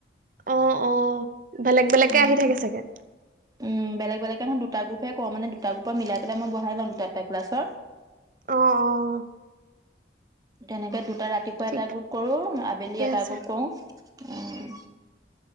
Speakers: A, on the right; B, on the right.
A: অঁ' অঁ' বেলেগ বেলেগকে
B: উম
A: আহি থাকে চাগে।
B: উম' বেলেগ বেলেগ নহয় দুটা গ্ৰপহে কৰো। মানে দুটা গ্ৰুপত মিলাই পেলাই মই বহাই লওঁ দুটা দুটা ক্লাছত।
A: অঁ' অঁ'
B: তেনেতে দুটা ৰাতিপুৱা
A: ঠিকে
B: এটা গ্ৰুপ কৰো আবেলি এটা
A: আছে।
B: গ্ৰুপ কৰো। উম'